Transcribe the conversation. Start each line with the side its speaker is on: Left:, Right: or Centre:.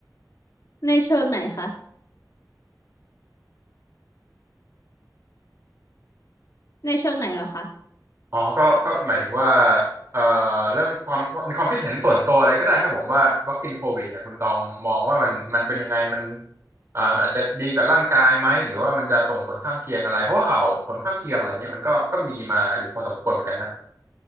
Left: ในเชิงไหนคะในเชิงไหนเหรอคะ
Right: อ๋อก็ก็หมายถึงว่าเอ่อเรื่องความมีความคิดเห็นส่วนตัวอะไรก็ได้ครับผมว่าวัคซีนโควิดเนี่ยคุณตองมองว่ามันมันเป็นยังไงมันอ่าอาจจะดีกับร่างกายไหมหรือว่ามันจะส่งผลข้างเคียงอะไร เพราะว่าข่าวผลข้างเคียงอะไรเงี้ยมันก็ก็มีมาอยู่พอสมควรเหมือนกันนะ